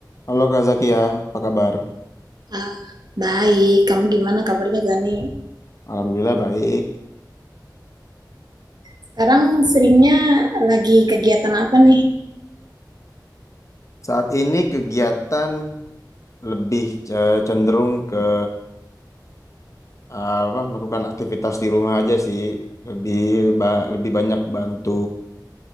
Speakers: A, on the left; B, on the right.
A: Halo Kak Zakia, apa kabar?
B: Ah, baik, kamu gimana kabarnya Gani?
A: Alhamdulillah baik.
B: Sekarang seringnya lagi kegiatan apa nih?
A: Saat ini kegiatan lebih eh, cenderung ke eh, apa melakukan aktivitas di rumah aja sih. Lebih ba- lebih banyak bantu